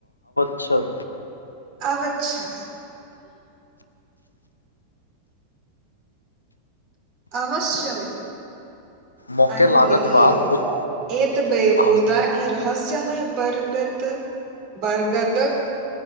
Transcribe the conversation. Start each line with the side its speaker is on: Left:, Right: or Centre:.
Left: छओ
Right: आव अच्छा अवश्य मित्र
Left: मौके
Right: आइ
Left: लागत
Right: ले
Left: वा भूत
Right: ए त बेै
Left: हम
Right: मुदा ई रहस्य बरगत बरगदक